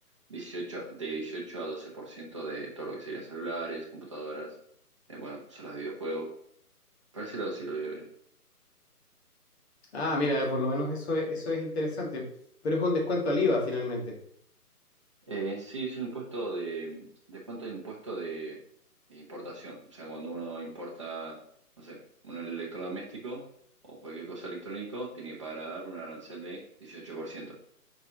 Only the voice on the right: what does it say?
dieciocho de dieciocho a 12% de todo lo que serían celulares, computadoras, eh, bueno, consolas de videojuegos. Por ese lado sí lo veo bien.
Eh, en sí, es un impuesto de descuento del impuesto de, de importación. O sea, cuando uno importa, no sé, un electrodoméstico o cualquier cosa electrónico, tiene que pagar un arancel de dieciocho por ciento